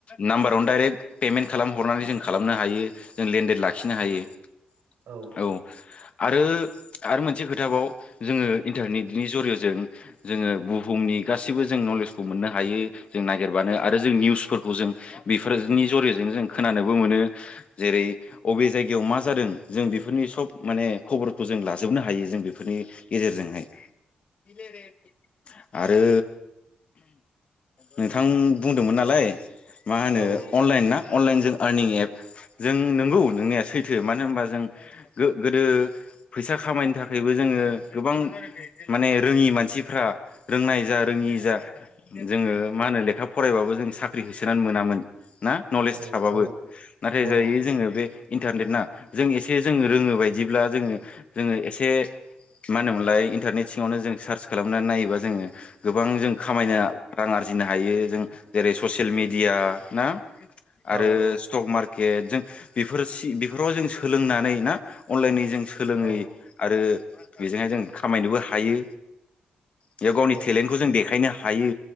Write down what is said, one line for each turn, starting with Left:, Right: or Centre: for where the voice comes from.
Left: नाम्बार <unintelligible> दाइरेक पेमेंट खालामनानै जों खालामनो हायो ओ लेन देन <unintelligible>
Right: औ औ
Left: आरो -आरो मोनसे खोथाबाव जोङो इन्टारनेटनि जरिय'जों जोङो बुहुमनि गासैबो जों नलेजखौ मोननो हायो। जों नागिरबानो आरो जों निउसफोरखौ जों बेफोरनि जरिय'जों जों खोनानोबो मोनो जेरै अबे जायगायाव मा जादों जों बेफोरनि सब माने खबरखौ जों लाजोबनो हायो जों बेफोरनि गेजेरजोंहाय। <unintelligible> आरो नोंथां बुंदोंमोन नालाय मा होनो
Right: औ
Left: अनलाइन ना? अनलाइनजों आरनिं एप जों नोंगौ नोंनिया <unintelligible> <unintelligible> मानो होनबा जों गोदो फैसा खामायनो थाखायबो जोङो गोबां माने रोङि मानसिफ्रा रोंनाय जा रोङि जा जोङो मा होनो लेखा फरायबाबो जों साख्रि होसोनानै मोनामोन। ना नलेज
Right: औ
Left: थाबाबो
Right: औ
Left: नाथाय
Right: नंगौ
Left: जायो जोङो बे इन्टारनेट ना जों एसे जोङो रोङो बायदिब्ला जोङो जोङो एसे मा होनोमोनलाय इन्टारनेट सिङावनो जों सार्च खालामनानै नायोबा जोङो गोबां जों खामायनो रां आरजिनो हायो जों जेरै ससियेल मेडिया ना? आरो
Right: औ
Left: स्टक मार्के केट जों बेफोर सि बेफोराव जों सोलोंनानै ना अनलाइनि जों सोलोङै
Right: औ
Left: आरो बेजोंहाय जों खामायनोबो हायो। बेयाव गावनि
Right: औ
Left: टेलेन्टखौ जों देखायनो हा हायो।